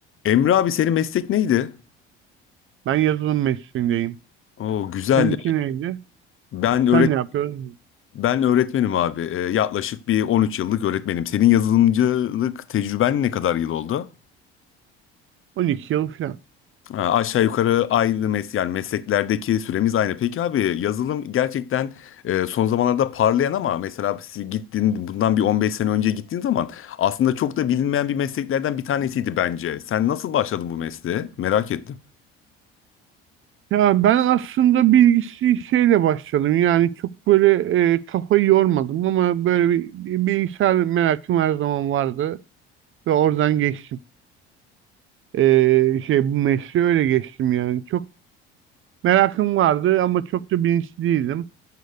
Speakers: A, on the left; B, on the right.
A: Emre abi senin meslek neydi?
B: Ben yazılım mesleğindeyim.
A: Oo güzel.
B: Seninki neydi?
A: Ben öğret
B: Sen ne yapıyorsun?
A: ben öğretmenim abi. Ee, yaklaşık bir 13 yıllık öğretmenim. Senin yazılımcılık tecrüben ne kadar yıl oldu?
B: 12 yıl falan.
A: Ha, aşağı yukarı aynı mes yani mesleklerdeki süremiz aynı. Peki abi yazılım gerçekten e, son zamanlarda parlayan ama mesela siz gittin bundan bir 15 sene önce gittiğin zaman aslında çok da bilinmeyen bir mesleklerden bir tanesiydi bence. Sen nasıl başladın bu mesleğe? Merak ettim.
B: Ya ben aslında bilgisi şeyle başladım. Yani çok böyle e, kafayı yormadım ama böyle bir, bir bilgisayar merakım her zaman vardı ve oradan geçtim. E, şey bu mesleğe öyle geçtim yani. Çok merakım vardı ama çok da bilinçli değildim.